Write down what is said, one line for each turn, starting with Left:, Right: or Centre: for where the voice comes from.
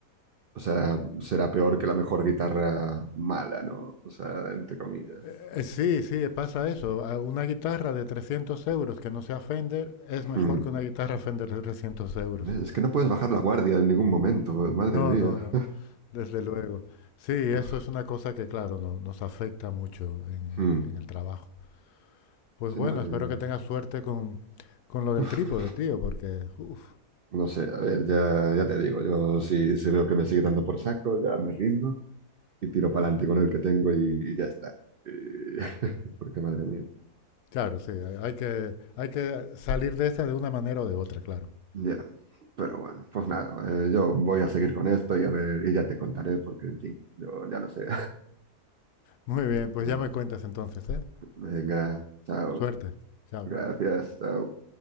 Right: o sea, será peor que la mejor guitarra mala, ¿no? O sea, entre comillas.
Left: eh, eh, sí, sí, pasa eso. a Una guitarra de 300 euros que no sea Fender es mejor
Right: Mm.
Left: que una guitarra Fender de 300 euros.
Right: Es que no puedes bajar la guardia en ningún momento, madre
Left: No,
Right: mía.
Left: no, no, desde luego. Sí, eso
Right: Uf,
Left: es una cosa que, claro, no- nos afecta mucho en, en-
Right: hmm.
Left: en el trabajo. Pues
Right: Sí,
Left: bueno,
Right: no, eh,
Left: espero que tengas suerte con, con lo del
Right: uf,
Left: trípode, tío, porque, uf,
Right: no sé, a ver, ya, ya te digo, yo si, si veo que me sigue dando por saco, ya me rindo y tiro para adelante con el que tengo y, y ya está. Y- <laughs> Porque madre mía.
Left: claro, sí, hay, hay que, hay que salir de esa de una manera o de otra, claro.
Right: Ya, pero bueno, pues nada, eh, yo voy a seguir con esto y a ver, y ya te contaré porque, en fin, yo ya no sé.
Left: Muy bien, pues
Right: <laughs>
Left: ya me cuentas entonces, ¿eh?
Right: Venga, chao,
Left: Suerte. Chao.
Right: gracias, chao.